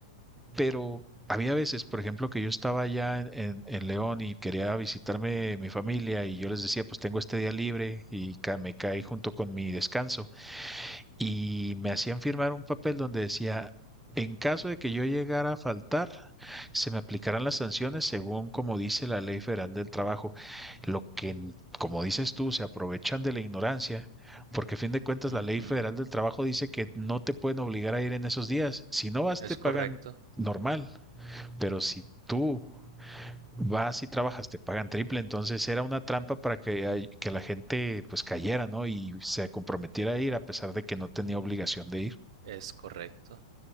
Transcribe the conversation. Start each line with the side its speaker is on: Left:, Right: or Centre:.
Centre: Pero había veces, por ejemplo, que yo estaba allá en, en- en León y quería visitarme mi familia y yo les decía, pues tengo este día libre y ca- me caí junto con mi descanso. Y me hacían firmar un papel donde decía, en caso de que yo llegara a faltar, se me aplicarán las sanciones según como dice la Ley Federal del Trabajo. Lo que, n- como dices tú, se aprovechan de la ignorancia. Porque a fin de cuentas
Right: ujú.
Centre: la Ley Federal del Trabajo dice que no te pueden obligar a ir en esos días. Si no vas, te
Right: Es correcto,
Centre: pagan normal pero si tú vas y trabajas, te pagan triple, entonces era una trampa para que, hay- que la gente pues cayera, ¿no? Y se comprometiera a ir a pesar de que no tenía obligación de ir.
Right: es correcto.